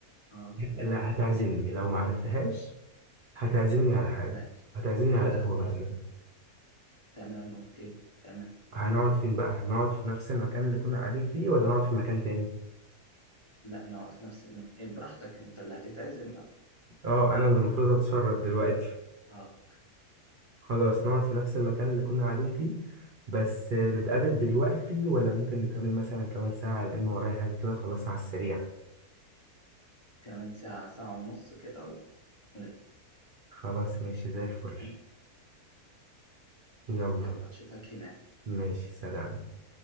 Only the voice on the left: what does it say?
اه قول
ماشي
هتختار
تمام اوكي تمام
لا نقعد في نفس المكان براحتك انت اللي هتتعزم بقى
اه
كمان ساعة ساعة ونص كده و- ونطلع
تمام
يلا أشوفك هناك